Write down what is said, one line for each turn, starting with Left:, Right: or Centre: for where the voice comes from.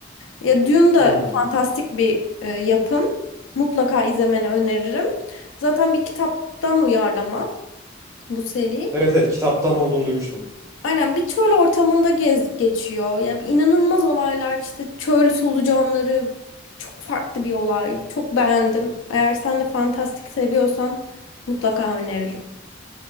Left: Ya Dune da
Right: Hmm.
Left: fantastik bir e, yapım. Mutlaka izlemeni öneririm. Zaten bir kitaptan uyarlama bu seri.
Right: Evet evet kitaptan olduğunu duymuştum.
Left: Aynen bir çöl ortamında gez geçiyor. Ya inanılmaz olaylar işte çöl solucanları çok farklı bir olay. Çok beğendim. Eğer sen de fantastik seviyorsan mutlaka öneririm.